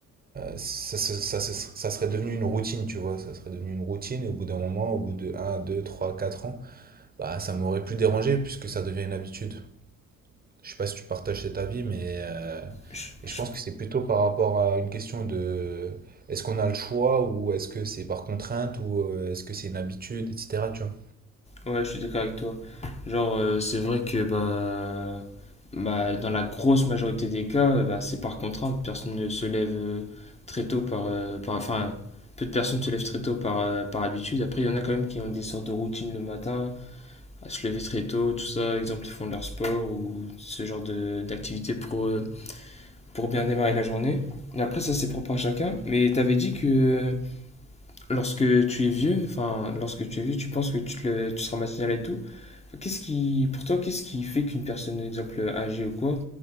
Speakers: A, on the right; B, on the left.
A: ça, se- ça ça serait devenu une routine, tu vois, ça serait devenu une routine, et au bout d'un moment, au bout de un 2 3 4 ans, bah ça m'aurait plus dérangé, puisque ça devient une habitude. Je sais pas si tu partages cet avis, mais, euh,
B: Je,
A: mais
B: je
A: je pense que c'est plutôt par rapport à une question de est-ce qu'on a le choix, ou est-ce que c'est par contrainte, ou euh, est-ce que c'est une habitude, etc., tu vois.
B: Ouais, je suis d'accord avec toi. Genre, euh, c'est vrai que bah, bah, dans la grosse majorité des cas, euh, bah, c'est par contrainte. Personne ne se lève euh, très tôt par, euh, par- Enfin, peu de personnes se lèvent très tôt par, euh, par habitude. Après, il y en a quand même qui ont des sortes de routines le matin, à se lever très tôt, tout ça. Exemple, ils font leur sport ou ce genre de d'activité pour, euh, pour bien démarrer la journée. Et après, ça, c'est propre à chacun. Mais t'avais dit que lorsque tu es vieux, enfin, lorsque tu es vieux, tu penses que tu, te le- tu seras matinal et tout. Qu'est-ce qui, pour toi, qu'est-ce qui fait qu'une personne, exemple, âgée ou quoi,